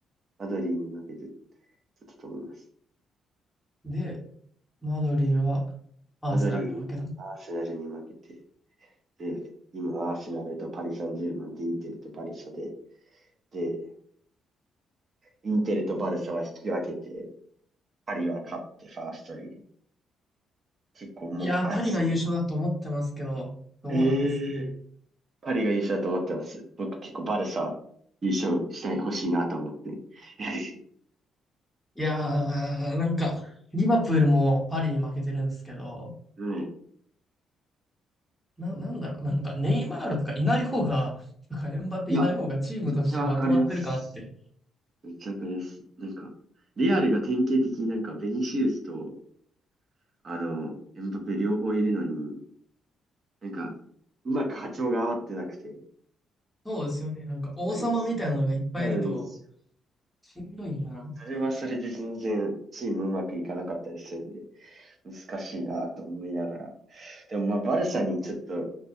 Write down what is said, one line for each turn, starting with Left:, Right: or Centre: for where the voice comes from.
Right: マドリーに負けて、ちょっとと思います。
Centre: で、マドリーはアーセナルに負けたの。
Right: マドリーはアーセナルに負けて、で、今アーセナルとパリ・サンジェルマンとインテルとバルサで、で、インテルとバルサは引き分けて、パリは勝ってファーストリーグ。結構もう、
Centre: いやー、
Right: あ、
Centre: パリが優勝だと思ってますけど、どうなんですかね。
Right: ええパリが優勝だと思ってます。僕結構バルサ優勝したい、欲しいなと思って。<laughs>
Centre: いやー、なんか、リバプールもパリに負けてるんですけど、
Right: うん。
Centre: な、なんだろう、なんかネイマールとかいない方が、とかエムバペいない方がチームとしてまとまってるかなって
Right: いや、めっちゃわかります。めっちゃわかります。なんか、レアルが典型的になんかベニシウスと、あの、エムバペ両方いるのに、なんか、うまく波長が合ってなくて、
Centre: そうですよね。なんか王様みたいなのがいっぱいいると、
Right: こんなにつ、そうなんですよ
Centre: しんどいなって。
Right: それはそれで全然チームうまくいかなかったりするんで、難しいなと思いながら。でもまあバルサにちょっと、